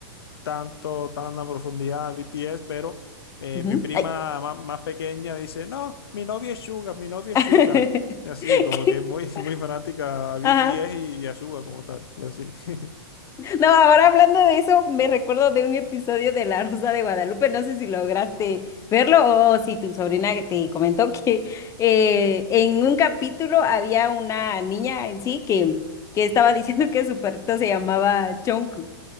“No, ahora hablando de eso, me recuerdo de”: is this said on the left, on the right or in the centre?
Left